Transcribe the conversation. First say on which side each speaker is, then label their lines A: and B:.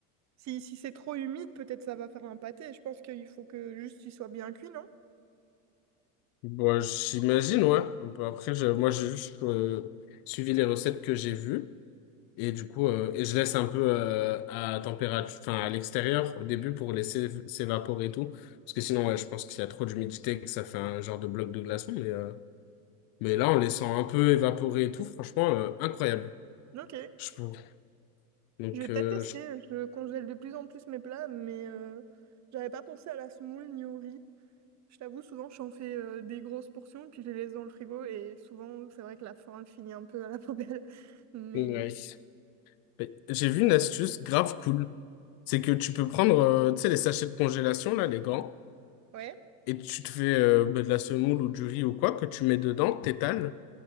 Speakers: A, on the right; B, on the left.
A: Si, si c'est trop humide, peut-être ça va faire un pâté. Je pense qu'il faut que juste il soit bien cuit, non?
B: Bon, j'imagine, ouais. Un peu Après, je- moi, j'ai juste euh, suivi les recettes que j'ai vues. Et du coup, euh, et je laisse un peu euh, à température, enfin à l'extérieur au début pour laisser s'évaporer et tout. Parce que sinon, ouais, je pense qu'il y a trop d'humidité et que ça fait un genre de bloc de glaçon. Mais, euh, Mais là, en laissant un peu évaporer et tout, franchement, euh, incroyable,
A: Ok.
B: je trouve. Donc,
A: Je vais peut-être
B: euh,
A: tester.
B: je-
A: Je congèle de plus en plus mes plats, mais euh, j'avais pas pensé à la semoule ni au riz. Je t'avoue, souvent, j'en fais euh, des grosses portions, puis je les laisse dans le frigo, et souvent, c'est vrai que la fin elle finit un peu à la <laughs> poubelle. Mais...
B: ouais. Mais J'ai vu une astuce grave cool. C'est que tu peux prendre, euh, tu sais, les sachets de congélation, là, les grands,
A: Ouais.
B: et tu te fais euh, bah, de la semoule ou du riz ou quoi, que tu mets dedans, t'étales,